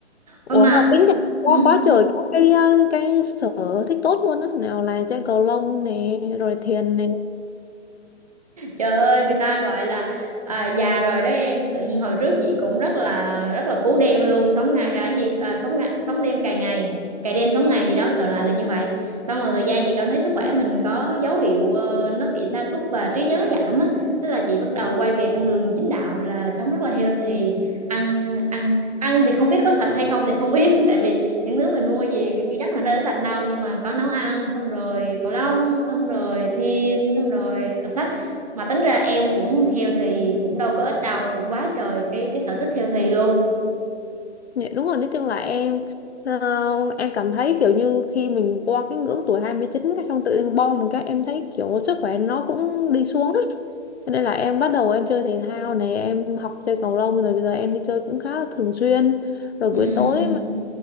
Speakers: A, on the left; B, on the right.
A: ủa
B: ơ mà
A: mà tính ra quá
B: hử?
A: quá trời các cái ờ, cái sở thích tốt luôn á nào là chơi cầu lông nè rồi thiền nè
B: Trời ơi người ta gọi là à, già rồi đó em tự nhiên hồi trước chị cũng rất là rất là cú đêm luôn sống ngày ở gì à, sống ngày, sống đêm cày ngày cày đêm sống ngày gì đó đại loại là như vậy xong rồi thời gian chị cảm thấy sức khỏe mình có dấu hiệu ờ, nó bị sa sút và trí nhớ giảm á thế là chị bắt đầu quay về con đường chính đạo là sống rất là healthy ăn ăn ăn thì không biết có sạch hay không thì không biết <laughs> tại vì những thứ mình mua về thì chưa chắc là nó đã sạch đâu nhưng mà có nấu ăn xong rồi cầu lông xong rồi thiền xong rồi đọc sách mà tính ra em cũng healthy cũng đâu có ít đâu cũng quá trời cái cái sở thích healthy luôn
A: Dạ, đúng rồi nói chung là em ờ, em cảm thấy kiểu như khi mình qua cái ngưỡng tuổi 29, cái xong tự nhiên bom một cái em thấy kiểu sức khỏe nó cũng đi xuống á. Cho nên là em bắt đầu em chơi thể thao này, em học chơi cầu lông rồi bây giờ em đi chơi cũng khá là thường xuyên. Rồi
B: Ừm,
A: buổi tối mà